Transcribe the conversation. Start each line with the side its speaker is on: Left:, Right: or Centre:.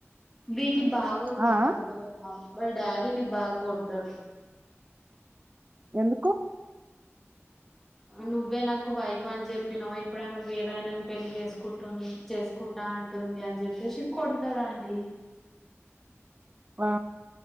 Centre: వీని బాగా కొడతాడు
Right: ఆ ఆ
Centre: వాళ్ళ మావయ్య వాళ్ళ డాడీని బాగా కొడతాడు
Right: ఎందుకు
Centre: నువ్వే నాకు వైఫ్ అని చెప్పినావు ఇప్పుడ ఆమె వీరయనని పెళ్లి చేసుకుంటుని చేసుకు కుంట అంటుంది అని చెప్పేసి కొడతాడండీ
Right: ఆ